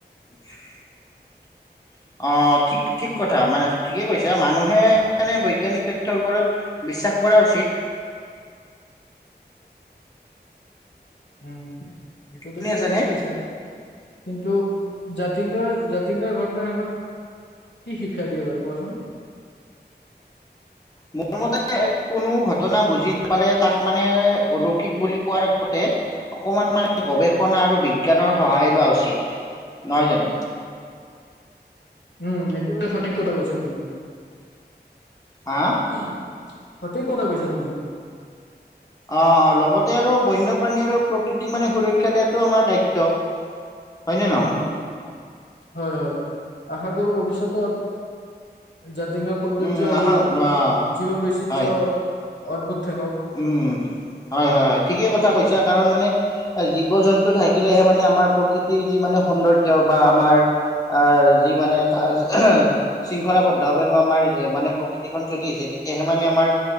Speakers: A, on the left; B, on the left.
A: <inaudible> অঁ ঠিক ঠিক কথা মানে ঠিকে কৈছা মানুহে এনে বৈজ্ঞানিক তথ্যৰ ওপৰত বিশ্বাস কৰা উচিত।
B: উম এইটো তুমি
A: শুনি আছানে?
B: সঁচাই কৈছা কিন্তু জাতিংগাৰ জাতিংগাৰ ঘটনাই, আমাক কি শিক্ষা দিয়ে বাৰু কোৱাচোন?
A: মোৰ মতে, কোনো ঘটনা বুজি নাপালে তাক মানে, অলৌকিক বুলি কোৱাৰ আগতে অকমান মানে গৱেষ শনা আৰু বিজ্ঞানৰ সহায় লোৱা উচিত। <inaudible> নয় জানো?
B: উম, সেইটো বাৰু সঠিক কথা কৈছ তুমি।
A: হা
B: সঠিক কথা কৈছা তুমি।
A: অঁ অঁ লগতে আৰু বন্যপ্ৰাণী আৰু প্ৰকৃতিক মানে সুৰক্ষা দিয়টো আমাৰ দায়িত্ব। হয়নে নহয়?
B: উম, হয় হয় আশা কৰো ভৱিষ্যতত, যাতে <unintelligible> সৌন্দৰ্য
A: উম
B: আৰু
A: আশা অ'
B: জীৱ বৈচিত্ৰ
A: হয়।
B: অদ্ভুত থাকক
A: উম হয় হয় হয় ঠিকে কথা কৈছাক কাৰণ মানে জীৱ -জন্তু থাকিলেহে মানে আমাৰ প্ৰকৃতিৰ যি মানে সৌন্দৰ্য্য বা আমাৰ আঁহ যি মানে তাৰ শৃংখলাবদ্ধভাৱে আমাৰ মানে প্ৰকৃতিখন চলি আছে, তেতিয়াহে মানে আমাৰ